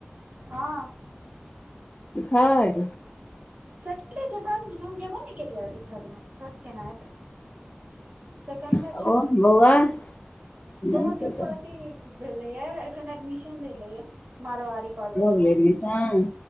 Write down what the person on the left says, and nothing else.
थर्ड
ह
ओ बौआ नाम
छै
ओकर
भऽ गेलै
एडमिशन